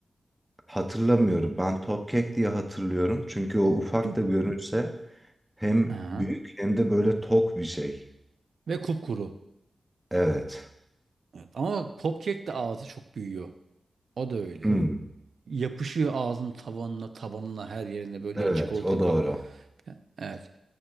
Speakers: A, in the centre; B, on the right (about 70°).
A: Hatırlamıyorum ben top kek diye hatırlıyorum. Çünkü o ufak
B: Çünkü,
A: da görünse hem
B: aha,
A: büyük hem de böyle tok bir şey.
B: ve kupkuru.
A: Evet.
B: Evet. Ama bak pop kek de ağzı çok büyüyor. O da öyle.
A: Hmm.
B: Yapışıyor ağzın tavanına, tabanına, her yerine böyle
A: Evet
B: o çikolata
A: o doğru.
B: kabı. Evet.